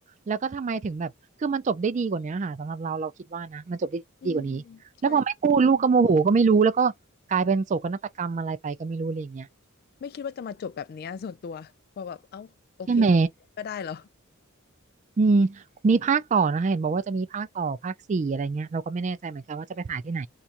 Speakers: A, on the right (about 35°); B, on the left (about 50°).
A: แล้วก็ทำไมถึงแบบคือมันจบได้ดีกว่านี้ค่ะสำหรับเราเราคิดว่านะมันจบได้ดีกว่านี้แล้วพอไม่พูดลูกก็โมโหก็ไม่รู้แล้วก็กลายเป็นโศกนาฏกรรมอะไรไปก็ไม่รู้อะไรอย่างเงี้ย
B: อืมใช่ ไม่คิดว่าจะมาจบแบบเนี้ยส่วนตัวพอแบบเอ้าโอเค
A: ใช่ไหม
B: ก็ได้เหรอ
A: อืมมีภาคต่อนะคะเห็นบอกว่าจะมีภาคต่อภาคสี่อะไรเงี้ยเราก็ไม่แน่ใจเหมือนกันว่าจะไปถ่ายที่ไหน